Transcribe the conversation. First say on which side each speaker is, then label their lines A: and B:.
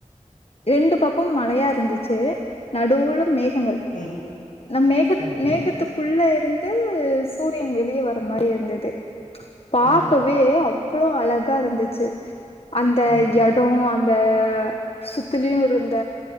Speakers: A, on the left; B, on the left.
A: ரெண்டு பக்க க்கும் மலையா இருந்துச்சு தூளும் மேகங்கள்
B: ம்
A: நம் மேக
B: ம்
A: மேகத்துக்குள்ள இருந்து சூரியன் வெளியே வர மாரி இருந்தது பாக்கவே
B: ம்
A: அவ்வளோ அழகு இப்ப இருந்துச்சு அந்த
B: ம்
A: இடம் அந்த சுத்திலும் இருந்த